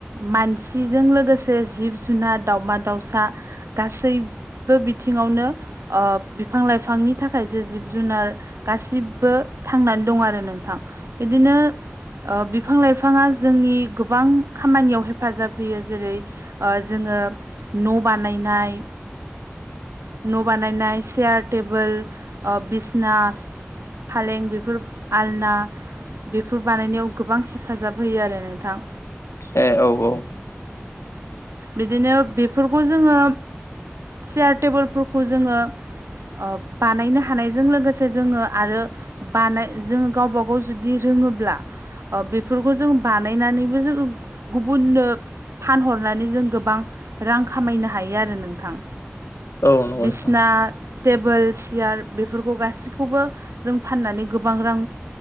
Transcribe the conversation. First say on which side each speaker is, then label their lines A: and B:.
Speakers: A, on the right; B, on the left.
A: मानसिजों लोगोसे जिब जुनार दाावमा दाउसा गासैबो बिथिङावनो ओ बिफां लाइफांनि थाखायसो जिब जुनार गासिबो थांनानै दं आरो नोंथां। बिदिनो ओ बिफां लाइफाङा जोंनि गोबां खामानियाव हेफाजाब होयो जेरै ओ जोङो न' बानायनाय न' बानायनाय चयार टेबोल बिजनास फालें बेफोर आलना टुर बानायनायाव गोबां हेफाजाब होयो आरो नोंथां।
B: ए औ औ
A: बिदिनो बेफोरखौ जोङो चयार टेबोलफोरखौ जोङो ओ बानायनो हानायजों लोगोसे जोङो आरो बानो जोङो गावबा गाव जुदि रोङोब्ला ओ बेफोरखौ जों बानायनानैबो जोङो गुबुननो फानहरनानै जों गोबां रां खामायनो हायो आरो नोंथां
B: औ नंगौ
A: बिसिना
B: नोंथां
A: टेबोल सियार बेफोरखौ गासैखौबो जों फाननानै गोबां रां